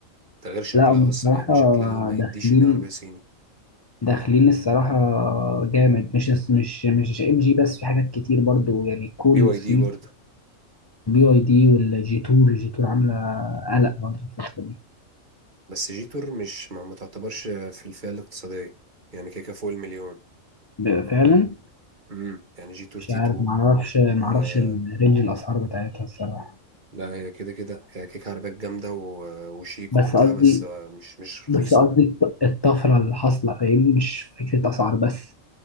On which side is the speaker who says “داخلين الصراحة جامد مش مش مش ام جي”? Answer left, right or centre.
Left